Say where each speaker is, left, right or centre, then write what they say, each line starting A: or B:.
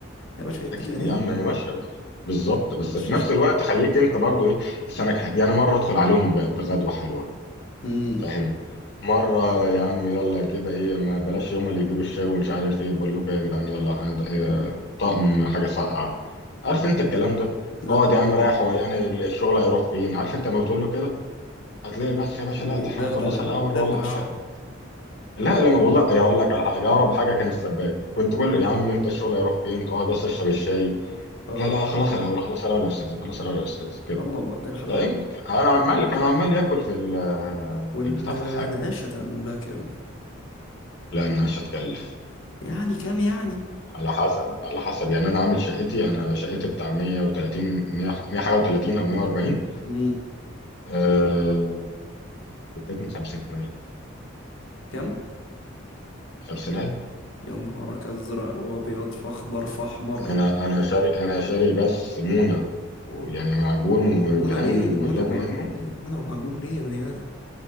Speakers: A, on the left (about 75°); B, on the left (about 55°).
A: يا باشا يديك
B: اكيد
A: عينيه
B: يا عم هي ماشيه بال- بالظبط
A: بالشاشة
B: بس في نفس الوقت خليك انت برضه ايه لسانك حلو يعني مره ادخل عليهم ب- بغدوه حلوه
A: امم
B: فاهم مرة يا عم يلا كده ايه ما بلاش هما اللي يجيبوا الشاي ومش عارف ايه بقول لكم إيه يا جدعان يلا هن- إيه، طقم حاجة ساقعة عارف انت الكلام ده
A: تدلع
B: اقعد يا
A: الكلام
B: عم رايح هو يعني الشغل هيروح فين عارف انت لما بتقول له كده هتلاقي بس يا باشا لا
A: يدغدغ
B: ده احنا هنخلصها
A: ال-
B: الاول
A: يدغدغ
B: والله أنا-
A: الشقة
B: لا
A: طب
B: لما والله اقول لك على حاجة اقرب حاجة كان السباك كنت كل يا عم انت الشغل هيروح فين تقعد بس اشرب الشاي
A: اه
B: لا لا خلص الاول خلص الاول يا استاذ خلص الاول يا استاذ كده
A: الله الله دي الحلاوة
B: فاهم
A: دي
B: انا عمال
A: طب وال-
B: كان عمال ياكل في ال-
A: والنقاش
B: في البتاع في الحاجة
A: هتعمل لها كام؟
B: لان مش هتكلف
A: يعني كام يعني
B: على حسب على حسب يعني انا عامل شقتي انا شقتي بتاع 130 100 100 حاجه و30 او 140
A: امم
B: آه من خمسينية
A: كام
B: خمسينية
A: يا نهارك ازرق وابيض فاخضر فاحمر
B: انا انا شاري انا شاري بس مونه ويعني معجون ودهان
A: منى ليه
B: واللازم
A: يا منى ومعجون
B: منه
A: ليه يا منى ومعجون ليه يا بني ادم